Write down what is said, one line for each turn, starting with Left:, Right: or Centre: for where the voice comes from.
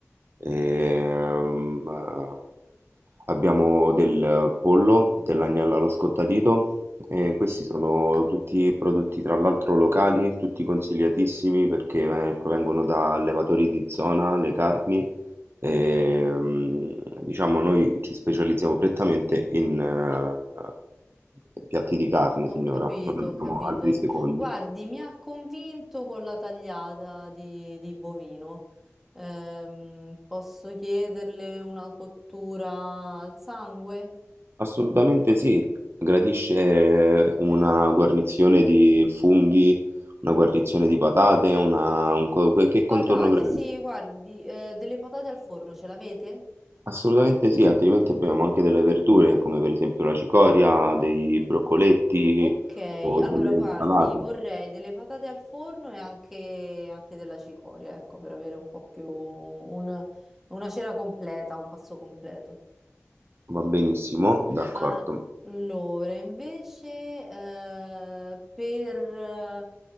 Right: ehm, eh, abbiamo del pollo, dell'agnello allo scottadito e questi sono tutti prodotti tra l'altro locali, tutti consigliatissimi perché eh, provengono da allevatori di zona, le carni. Ehm, diciamo noi ci specializziamo prettamente in eh, piatti di carne,
Centre: Ho
Right: signora,
Centre: capito,
Right: non
Centre: ho
Right: abbiamo
Centre: capito.
Right: altri secondi.
Centre: Guardi, mi ha convinto con la tagliata di, di bovino. Ehm, posso chiederle una cottura al sangue?
Right: Assolutamente sì, gradisce una guarnizione di funghi, una guarnizione di patate, una, un co- que- che
Centre: Patate,
Right: contorno gradisce?
Centre: sì, guardi, eh, delle patate al forno ce l'avete?
Right: Assolutamente sì, altrimenti abbiamo anche delle verdure, come per esempio la cicoria, dei broccoletti
Centre: Ok,
Right: o
Centre: allora
Right: delle
Centre: guardi,
Right: insalate.
Centre: vorrei delle patate al forno e anche, anche della cicoria, ecco, per avere un po' più un- una cena completa, un pasto completo.
Right: Va benissimo, d'accordo.
Centre: Allora, invece, eh, per... eh,